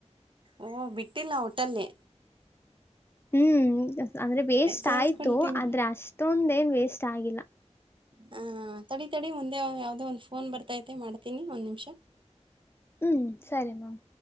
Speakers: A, on the right; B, on the left.
A: ಓ ಬಿಟ್ಟಿಲ್ಲ ಒಟಲಿ.
B: ಹ್ಮ್ ಅಂದ್ರೆ ವೇಸ್ಟ್
A: ಸೇರ್ಸ್ಕೊಂಡ್
B: ಆಯ್ತು
A: ತಿನ್
B: ಆದ್ರೆ ಅಷ್ಟೊಂದ್ ಏನ್ ವೇಸ್ಟ್ ಆಗಿಲ್ಲ.
A: ಹಾ ತಡೆ ತಡೆ ಒಂದೇ ಯಾವ್ದೇ ಒಂದ್ ಫೋನ್ ಬರ್ತೈತೆ ಮಾಡ್ತೀನಿ ಒಂದ್ ನಿಮ್ಷ.
B: ಹ್ಮ್ ಸರಿ ಮಾಮ್.